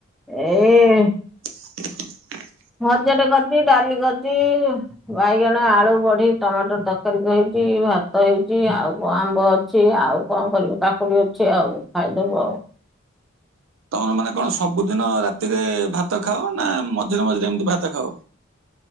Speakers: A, in the centre; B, on the right (about 70°).
A: ଏଇ
B: <inaudible>
A: ଭଜାଟେ କରିଛି, ଡାଲି କରିଛି, ବାଇଗଣ, ଆଳୁ, ବଢି, ଟମାଟର ତରକାରୀ ହେ ଭାତ ହେଇଛି ଆଉ କଣ ଆମ୍ବ ଅଛି ଆଉ କଣ କରିବୁ କାକୁଡି ଅଛି ଆଉ ଖାଇଦବୁ ଆଉ।
B: ତମର ମାନେ କଣ ସବୁଦିନ ରାତିରେ ଭାତ ଖାଅ ନା ମଝିରେ ମଝିରେ ଏମିତି ଭାତ ଖାଅ?